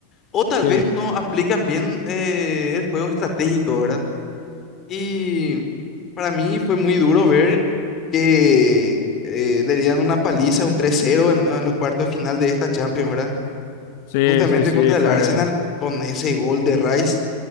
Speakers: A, on the left; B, on the left.
A: O tal
B: sí,
A: vez no aplican bien eh, el juego estratégico, ¿verdad? Y para mí fue muy duro ver que eh, le dieran una paliza, un tres cero en, en los cuartos de final de esta Champions, ¿verdad?
B: sí,
A: Justamente
B: sí, sí,
A: contra el
B: fue.
A: Arsenal con ese gol de Rice.